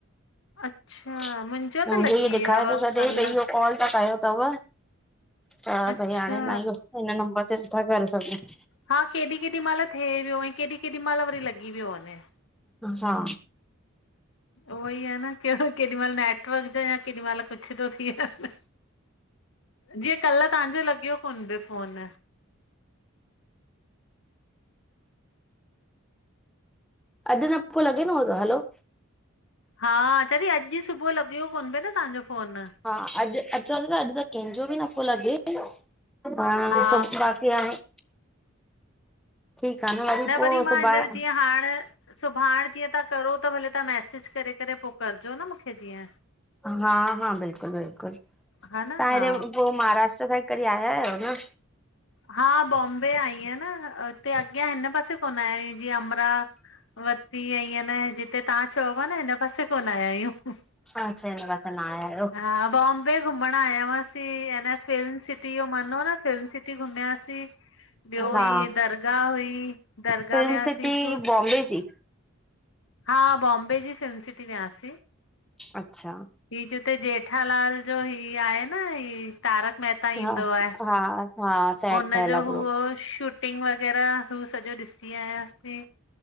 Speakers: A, on the left (about 65°); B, in the centre.
A: अच्छा
B: न
A: मुंहिंजो त
B: मुंजो
A: लॻी
B: इहो
A: विया
B: ॾेखारे
A: हुआ
B: थो छॾिये,
A: कल्ह
B: त इहो कॉल तहां कयो तव। त
A: अच्छा
B: भई हाणे न इहो हिन नंबर ते नथा करे सघूं
A: हा केॾी केॾी महिल थी वियो, ऐं केॾी केॾी महिल वरी लॻी वियो वञे।
B: हा।
A: उहोई आ न। केॾी महिल नेटवर्क जो या, केॾी महिल कुछ थो थी वञे। जीअं कल् तहांजो लॻियो कोन प्यो फोन।
B: अॼु न पो लॻे ऊओ न हो त हलो
A: हा चरी, अॼु सुबुह लॻियो कोन पियो न तहांजो फोन।
B: हा अॼु अचो न अॼु त केंजो बि नफ़ो लॻे। बा ह
A: हा
B: सभ बाक़ी आहे। ठीक आ न।
A: न
B: पोइ
A: वरी मां
B: सुभाणे
A: हिनर जीअं हाण सुभाण जीअं तहां करो त, भले तव्हां मैसेज करे करे पो करजो न मूंखे जीअं।
B: हा हा बिल्कुलु बिल्कुलु, तव्हां
A: हा न हा
B: हेॾे पोइ महाराष्ट्र साइड कॾी आयायो न?
A: हा बॉम्बे आईं आहियां न हुते अॻियां हिन पासे कोन आयायूं, जीअं अमरा वती अईं ऐन, जिते तहां चओ प्या न हिन पासे कोन आया आहियूं।
B: अच्छा हिन प न आहिया
A: हा बोम बे घुमण आया हुयासीं ऐंन फिल्म सिटी जो मन हो न फिल्म सिटी घुमयासीं। ॿियो हीय
B: हा
A: दरगाह हुई, दरगाह
B: फिल्म
A: वियासीं
B: सिटी
A: पो
B: बॉम्बे जी।
A: हा बॉम्बे जी फिल्म सिटी वियासीं।
B: अच्छा।
A: ही जिते जेठालाल जो ही आहे न ही तारक मेहता
B: हा
A: ईंदो आहे।
B: हा हा। सेट
A: उन
B: ठहियल
A: जो
B: आहे पूरो
A: हुओ शूट टिंग वगेरा हू सॼो ॾिसी आयासीं,